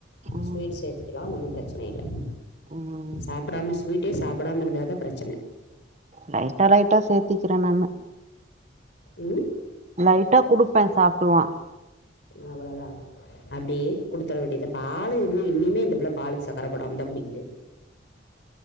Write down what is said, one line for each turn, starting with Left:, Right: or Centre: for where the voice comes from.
Right: ம்
Left: ஸ்வீட் சேத்திக்க லாம் ஒன்னும் ப்ரச்சன இல்ல
Right: ம்
Left: சாப்டாமஸ் வீட்டே சாப்படாம இருந்தா தான் ப்ரச்சன
Right: லைட்டா லைட்டா சேர்த்திக்கிற நானு
Left: ம்
Right: லைட்டா குடுப்பன் சாப்டுவான்
Left: அவளதான் அப்யே குடுத்தர வேண்டியதா பாலு இன்னும் இன்னியுமே இந்த புள்ள பாலுக் சக்கர போடம்ந்தான் குடிக்கிது